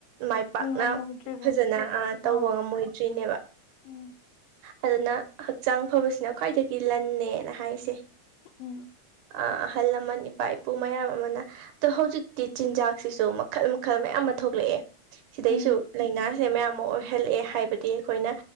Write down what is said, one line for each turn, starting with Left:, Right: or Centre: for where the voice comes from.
Right: ꯃꯥꯏ ꯄꯥꯛꯅ
Left: ꯉꯝꯃꯣꯏꯗ꯭ꯔꯤꯕꯅꯤ
Right: ꯐꯖꯅ
Left: ꯑꯥ
Right: ꯇꯧꯕ ꯉꯝꯃꯣꯏꯗ꯭ꯔꯤꯅꯦꯕ꯫
Left: ꯎꯝ
Right: ꯑꯗꯨꯅ ꯍꯛꯆꯥꯡ ꯐꯕꯁꯤꯅ ꯈ꯭ꯋꯥꯏꯗꯒꯤ ꯂꯟꯅꯦꯅ ꯍꯥꯏꯁꯦ꯫
Left: ꯎꯝ꯫
Right: ꯑ ꯑꯍꯜ ꯂꯃꯟ ꯏꯄꯥ ꯏꯄꯨ ꯃꯌꯥꯝ ꯑꯃꯅ ꯑꯗꯣ ꯍꯧꯖꯤꯛ ꯇꯤ ꯆꯤꯟꯖꯥꯛꯁꯤꯁꯨ ꯃꯈꯜ ꯃꯈꯜ ꯃꯌꯥꯝ ꯑꯃ ꯊꯣꯛꯂꯛꯑꯦ ꯁꯤꯗꯩꯁꯨ
Left: ꯎꯝ
Right: ꯂꯥꯏꯅꯥꯁꯦ ꯃꯌꯥꯝ ꯑꯃ ꯑꯣꯏꯍꯜꯂꯛꯑꯦ ꯍꯥꯏꯕꯗꯤ ꯑꯩꯈꯣꯏꯅ